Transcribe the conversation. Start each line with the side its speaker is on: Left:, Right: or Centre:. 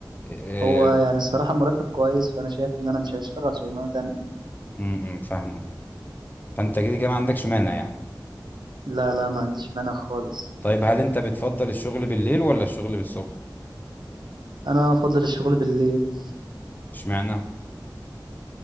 Left: اه،
Right: هو يعني الصراحة مرتب كويس فأنا شايف إن أنا مش هشتغل شغلانة تانية
Left: م- م، فاهمك فانت كده كده ما عندكش مانع يعني
Right: لا لا ما عنديش مانع خالص
Left: طيب هل انت بتفضل الشغل بالليل ولا الشغل بالصبح
Right: أنا أفضل الشغل بالليل
Left: اشمعنى